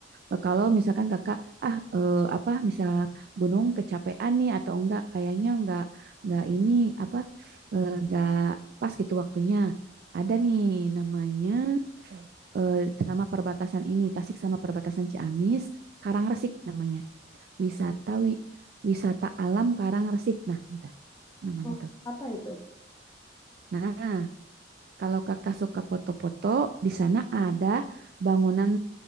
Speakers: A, on the right (about 55°); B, on the left (about 20°).
A: eh, Kalau misalkan kakak, ah, eh, apa, misal gunung kecapean nih atau enggak, kayaknya enggak, enggak ini apa, eh, enggak pas gitu waktunya. Ada nih namanya. eh, sama perbatasan ini, Tasik sama perbatasan Ciamis, Karangresik namanya. Wisata wi- wisata alam Karangresik Nah, gitu namanya
B: Oh,
A: tuh.
B: apa itu?
A: Nah, kalau Kakak suka foto-foto, di sana ada bangunan